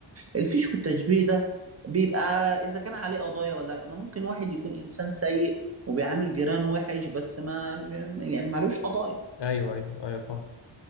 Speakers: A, on the right; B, on the left.
A: الفيش والتشبيه ده بيبقى إذا كان عليه قضايا ولا لأ ما ممكن واحد يكون إنسان سيء وبيعامل جيرانه وحش بس ما يعني معلوش قضايا
B: ايوه ايوه ايوه صح